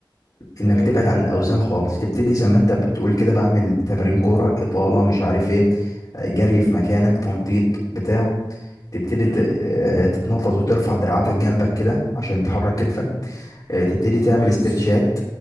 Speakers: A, on the left; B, on the left.
A: تمام
B: انك تبعد عن الاوزان خالص تبتدي زي ما انت بتقول كده بعمل تمارين كوره اطاله مش عارف ايه آه، جري في مكانك تنطيط بتاع تبتدي
A: مم،
B: ت- آه، تتنطط وترفع دراعاتك جنبك كده عشان تحرك كتفك آه، تبتدي تعمل
A: كويس
B: استرتشات